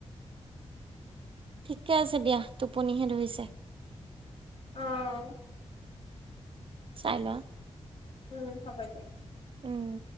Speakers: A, on the right; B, on the left.
A: ঠিকে আছে দিয়া, টোপনিহে ধৰিছে।
B: অ'।
A: চাই লোৱা।
B: উম, হ'ব দিয়া।
A: উম।